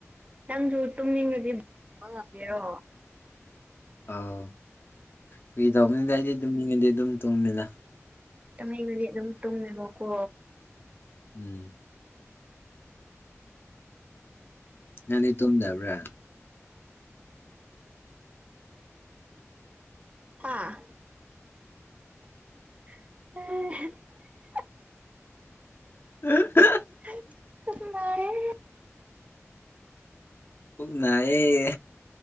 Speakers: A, on the right; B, on the left.
A: ꯅꯪꯁꯨ ꯇꯨꯝꯅꯤꯡꯉꯗꯤ <unintelligible> ꯉꯝꯒꯦꯔꯣ
B: ꯑꯥꯎ ꯐꯥꯒꯤ ꯇꯧꯕꯅꯤꯗ ꯑꯩꯗꯤ ꯇꯝꯅꯤꯡꯉꯗꯤ ꯑꯗꯨꯝ ꯇꯨꯝꯃꯦꯗ
A: ꯇꯨꯝꯅꯤꯡꯔꯗꯤ ꯑꯗꯨꯝ ꯇꯨꯝꯃꯦꯕꯀꯣ
B: ꯎꯝ ꯅꯪꯗꯤ ꯇꯨꯝꯗꯕ꯭ꯔꯥ
A: ꯍꯥꯥ <unintelligible>
B: <unintelligible>
A: <unintelligible>
B: ꯄꯨꯛ ꯅꯥꯏꯌꯦ